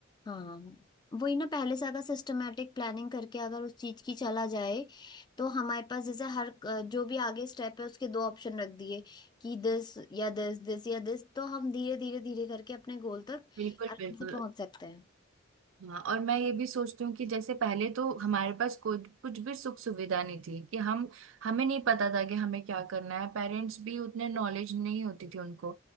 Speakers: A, on the left; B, on the right.
A: हाँ वही ना पहले से अगर सिस्टमेटिक प्लानिंग करके अगर उस चीज की चला जाए तो हमारे पास जैसे हर अ, जो भी आगे स्टेप है उसके दो ऑप्शन रख दिए कि दिस या दिस दिस या दिस तो हम धीरे धीरे धीरे करके अपने गोल तक
B: बिल्कुल
A: आराम
B: बिल्कुल
A: से पहुंच सकते हैं
B: हाँ और मैं ये भी सोचती हूँ कि जैसे पहले तो हमारे पास कोई कुछ भी सुख सुविधा नहीं थी कि हम हमें नहीं पता था कि हमें क्या करना है पेरेंट्स भी उतने नॉलेज नहीं होती थी उनको